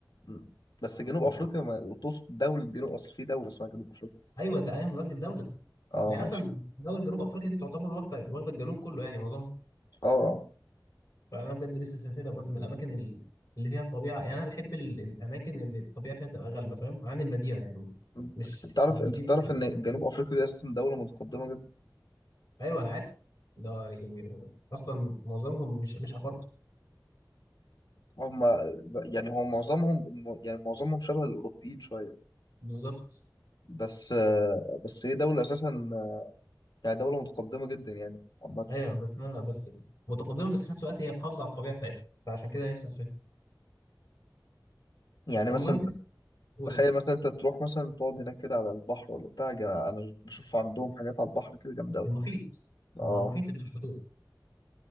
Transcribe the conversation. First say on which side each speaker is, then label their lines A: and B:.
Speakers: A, on the left; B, on the left.
A: امم بس جنوب
B: ايوه
A: افريقيا ما تقصد دوله جنوب اصل في دوله اسمها جنوب افريقيا
B: انت ايوه قصدي الدوله
A: اه
B: لا
A: ماشي
B: اصلا دول جنوب افريقيا دي تعتبر واخده واخده الجنوب كله يعني معظمها
A: اه اه
B: فانا بجد لسه سافرها برضو من الاماكن ال- اللي فيها الطبيعه يعني انا بحب ال- الاماكن اللي الطبيعه فيها تبقى غالبه فاهم عن المدينه يعني
A: أمم.
B: مش
A: انت تعرف
B: مش المدينه
A: انت تعرف
B: هي اللي
A: ان
B: بتحب.
A: جنوب افريقيا دي اساسا دوله متقدمه جدا
B: ايوه انا عارف ده يعني اصلا معظمهم مش مش افارقه
A: هم يعني هو معظمهم يعني معظمهم شبه الأوروبيين شوية
B: بالظبط
A: بس بس هي دولة أساسا يعني دولة متقدمة جدا يعني عامة
B: ايوه بس انا بس متقدمه بس في نفس الوقت هي محافظه على الطبيعه بتاعتها فعشان كده نفسي اسافرها
A: يعني
B: المهم
A: مثلا
B: قول
A: تخيل مثلا أنت تروح مثلا تقعد هناك كده على البحر ولا بتاع جا- أنا بشوف عندهم حاجات على البحر كده جامدة أوي
B: المحيط
A: أه
B: هم على المحيط اللي في الحدود